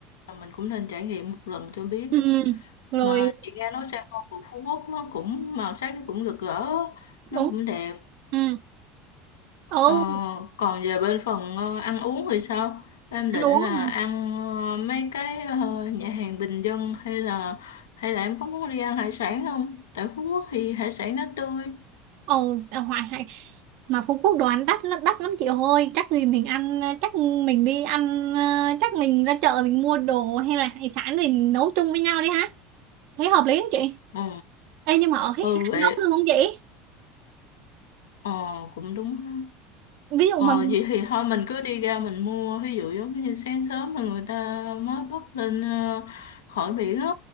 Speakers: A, on the left (about 65°); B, on the right (about 55°).
A: Mà Mình cũng nên trải nghiệm một lần cho biết.
B: ừ ừ. rồi
A: Mà chị nghe nói san hô của Phú Quốc nó cũng màu sắc nó cũng rực rỡ. Nó
B: đúng
A: cũng đẹp.
B: ừ ừ
A: Ờ, còn về bên phần ờ, ăn uống thì sao? Em định
B: ăn uống
A: là
B: hả?
A: ăn ờ, mấy cái ờ, nhà hàng bình dân hay là hay là em có muốn đi ăn hải sản không? Tại Phú Quốc thì hải sản nó tươi.
B: ồ ừ, à, hoài hay mà Phú Quốc đồ ăn đắt lắm đắt lắm chị ơi chắc gì mình ăn chắc mình đi ăn ờ, chắc mình ra chợ mình mua đồ hay là hải sản thì mình nấu chung với nhau đi ha thấy hợp lý không chị
A: Ừ,
B: Ê, nhưng mà ở khách
A: ừ
B: sạn
A: vậy.
B: nấu luôn không vậy
A: Ờ, cũng đúng. ha
B: Ví dụ mà
A: Ờ, vậy thì thôi mình cứ đi ra mình mua ví dụ giống như sáng sớm mà người ta mới bắt lên ờ, khỏi biển á